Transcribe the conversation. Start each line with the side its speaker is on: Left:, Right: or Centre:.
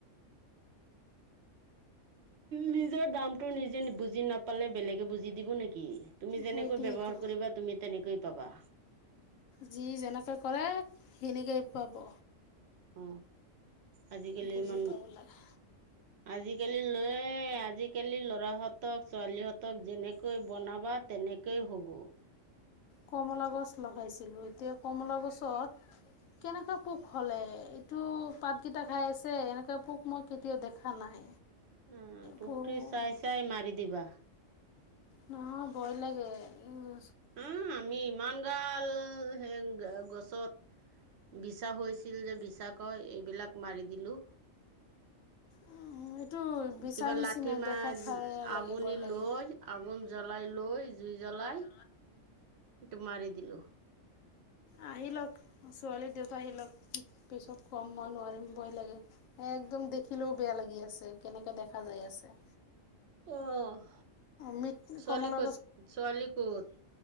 Right: নিজৰ দামটো নিজে বুজি নাপালে বেলেগে বুজি দিব নি কি তুমি যেনেকৈ
Left: সেইটোৱেইটো
Right: বব্যৱহাৰ কৰিবা তুমি তেনেকৈ পাবা।
Left: যি যেনেকে কৰে সেনেকেই পাব।
Right: অ আজিকালি
Left: বুজি
Right: ইমান
Left: পাব লাগে
Right: আজি আজিকালি লৰাই আজিকালি ল'ৰাহতক ছোৱালীহতক যেনেকৈ বনাবা তেনেকৈ হ'ব।
Left: কমলা গছ লগাইছিলো এতিয়া কমলা গছত কেনেকুৱা পোক হলে এইটো পাতকেইটা খাই আছে এনেকুৱা পোক মই কেতিয়াও দেখা নাই।
Right: উম পোকটো
Left: পোক
Right: চাই চাই মাৰি দিবা।
Left: নহয় ভয় লাগে, উম।
Right: উম, আমি ইমান গাল হে গছত বিছা হৈছিল যে বিছা কয়, এইবিলাক মাৰি দিলো।
Left: এইটো বিচৰা
Right: কিবা
Left: নিচিনাই
Right: লাঠি মাহ
Left: দেখাত ভাল
Right: আগুনি
Left: লাগে ভয় লাগে
Right: লৈ, আগুন জ্বলাই লৈ জুই জ্বলাই এইটো মাৰি দিলো।
Left: আহি লওক, ছোৱালীৰ দেউতা আহি লওক, পিছত কম মই নোৱাৰিম, ভয় লাগে। একদম দেখিলেও বেয়া লাগি আছে, কেনেকে দেখা যাই আছে।
Right: অহ,
Left: মৃত
Right: ছোৱালী
Left: কমলা
Right: ক'ত? ছোৱালী ক'ত?